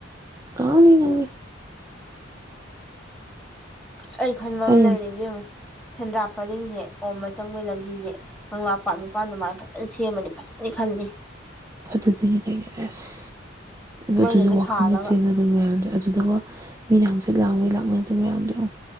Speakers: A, on the right; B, in the centre.
A: ꯀꯥꯅꯤ ꯀꯦ
B: ꯑꯩ ꯈꯟꯕ ꯑꯃ
A: ꯑꯩꯅ
B: ꯂꯩꯅꯤꯡꯕꯃ ꯁꯦꯟꯗ꯭ꯔꯥꯛ ꯄꯔꯤꯡꯁꯦ ꯑꯣꯝꯕ ꯆꯪꯕꯩ ꯂꯝꯕꯤꯁꯦ ꯀꯪꯂꯥ ꯄꯥꯠ ꯃꯄꯥꯟꯗ ꯃꯥꯅ ꯐꯖꯅ ꯁꯦꯝꯃꯗꯤ ꯐꯖꯅ ꯗꯤ ꯈꯪꯅꯤ
A: ꯐꯗꯗꯣꯏꯅꯦ ꯀꯩꯅꯣ ꯑꯦꯁ
B: ꯃꯩꯒꯗ
A: ꯑꯗꯨꯗ ꯋꯥꯋꯥꯛꯀꯤꯡꯒ
B: ꯊꯥꯜꯂꯒ
A: ꯆꯦꯟꯅꯗꯅ ꯃꯌꯥꯝꯗꯣ ꯑꯗꯨꯗꯨꯒ ꯃꯤꯅ ꯍꯥꯡꯆꯤꯠ ꯂꯥꯡꯕꯩ ꯂꯥꯛꯅ ꯑꯗꯨꯌꯥꯝꯗꯣ